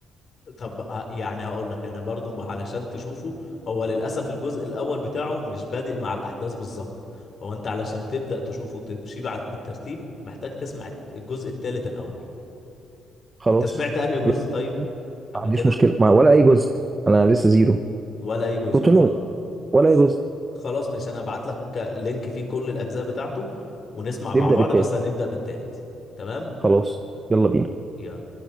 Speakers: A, on the left (about 45°); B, on the right (about 25°).
A: طب ه- يعني هقول لك انا برضو م- علشان تشوفه هو للاسف الجزء الاول بتاعه مش بادئ مع الاحداث بالظبط هو انت علشان تبدا تشوفه وتمشي بعد بالترتيب محتاج تسمع الت- الجزء الثالث الاول
B: خلاص
A: انت سمعت انهي جزء
B: يلا،
A: طيب قبل
B: ما عنديش
A: كده
B: مشكله مع ولا اي جزء انا لسه زيرو
A: ولا اي جزء
B: كنت
A: خ...
B: نو ولا
A: خ...
B: اي جزء
A: خلاص ماشي انا هبعت لك لينك فيه كل الاجزاء بتاعته ونسمع مع
B: نبدا
A: بعض
B: بالتالي
A: بس هنبدأ بالتالت تمام
B: خلاص يلا بينا
A: يلا